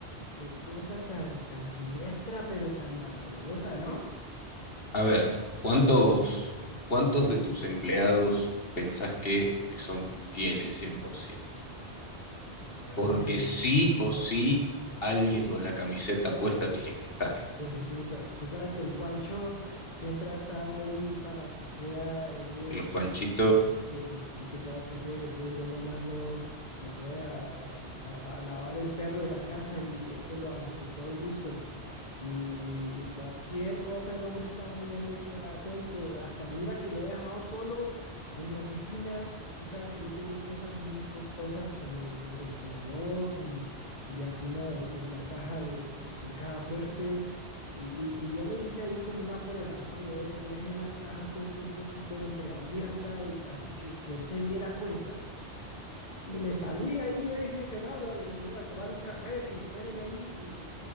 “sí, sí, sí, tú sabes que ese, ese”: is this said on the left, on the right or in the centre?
Left